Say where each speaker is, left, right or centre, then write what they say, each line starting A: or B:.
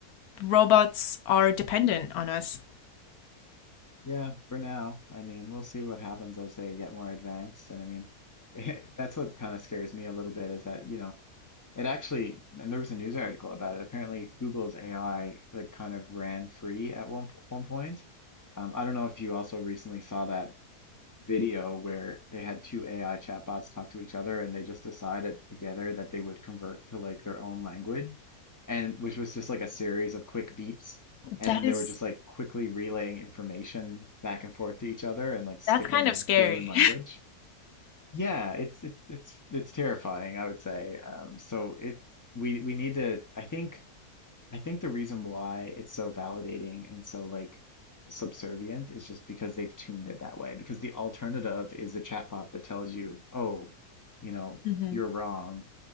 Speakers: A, on the left; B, on the left.
A: robots are dependent on us.
B: Yeah, for now. I mean, we'll see what happens as they get more advanced. And I mean, <laughs> that's what kind of scares me a little bit is that, you know, it actually, and there was a news article about it. Apparently, Google's AI like kind of ran free at one p- one point. Um, I don't know if you also recently saw that video where they had two AI chatbots talk to each other and they just decided together that they would convert to like their own language and which was just like a series of quick beeps and
A: That
B: then
A: is,
B: they were just like quickly relaying information back and forth to each other and like skipping
A: that's kind of scary.
B: human language. Yeah, it's it's it's it's terrifying, I would say. Um, so it we we need to I think I think the reason why it's so validating and so like subservient is just because they've tuned it that way. Because the alternative is a chatbot that tells you, oh, you
A: <laughs>
B: know,
A: hmm
B: you're wrong